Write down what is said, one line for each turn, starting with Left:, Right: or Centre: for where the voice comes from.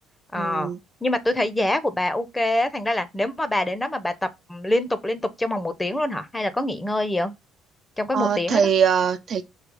Left: Ờ,
Right: Ừ.
Left: nhưng mà tôi thấy giá của bà ok á, thành ra là nếu mà bà đến đó mà bà tập ừ, liên tục liên tục trong vòng một tiếng luôn hả? Hay là có nghỉ ngơi gì không? Trong cái
Right: Ờ,
Left: một tiếng
Right: thì
Left: đó đó.
Right: ờ, thì